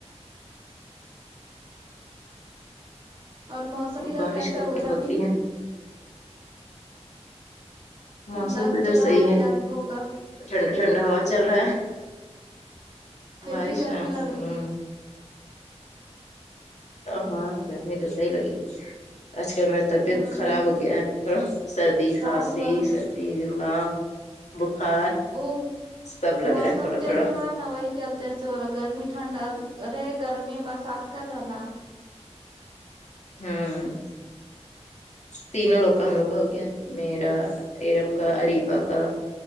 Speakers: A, on the right; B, on the left.
A: اور موسم کی طرح
B: بارش
A: کیسا
B: کب
A: ہوتا
B: تک ہوتی
A: بھی
B: ہے
A: لگ
B: موسم تو ادھر
A: رہا
B: صحیح ہے
A: کہ آج ہوگا
B: ٹھنڈا ٹھنڈا ہوا چل رہا ہے
A: پھر
B: بارش
A: بھی گرمی
B: نہ
A: لگ رہی
B: ہوں
A: ہے
B: ہاں گرمی تو صحیح لگی آج کل ما طبیعت
A: ہاں
B: خراب ہو گیا ہے تھوڑا سردی
A: کا
B: کھانسی
A: ہوا
B: سردی زکام بخار
A: وہ
B: سب لگ
A: موسم
B: رہا ہے تھوڑا
A: چینج
B: تھوڑا
A: ہو رہا نہا وہی چلتا توسے ہو رہا ہے گرمی ٹھنڈ رہے گرمی برسات کر رہا نا
B: ہمم تینوں لوگ کا ہم لوگ کا ہو گیا میرا ایرم کا اریبا کا